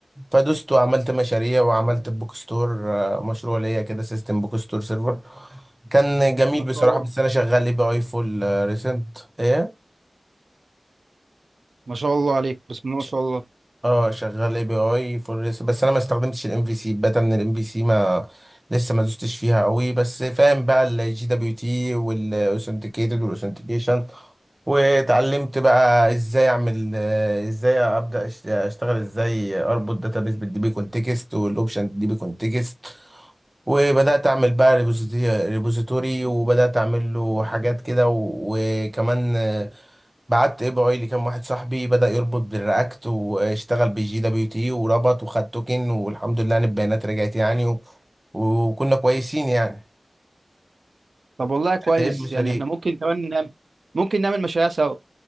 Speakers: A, on the right; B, on the right.
A: فدست وعملت مشاريع وعملت بوك ستور آه، مشروع ليا كده سيستم بوك ستور سيرفر كان جميل
B: ما
A: بصراحه
B: شاء الله
A: بس انا شغال اي بي اي فول ريسنت ايه
B: ما شاء الله عليك بسم الله
A: ش-
B: ما شاء الله
A: اه شغال اي بي اي فور ريس بس انا ما استخدمتش الام في سي الباتا من الام في سي ما لسه ما دوستش فيها قوي بس فاهم بقى الجي دبليو تي والاوثنتيكيتد والاوثنتيكيشن واتعلمت بقى ازاي اعمل آه، ازاي ابدا أش- اشتغل ازاي اربط داتابيس بالديبي كونتكست والاوبشن ديبي كونتكست وبدات اعمل بقى ريبوزيتي- ريبوزيتوري وبدات اعمل له حاجات كده و- وكمان آه، بعت اي بي اي لكام واحد صاحبي بدا يربط بالرياكت واشتغل بالجي دبليو تي وربط وخد توكن والحمد لله ان البيانات رجعت يعني و- وكنا كويسين يعني
B: طب والله كويس
A: ايه المشاريع
B: يعني احنا ممكن كمان نعمل ممكن نعمل مشاريع سوا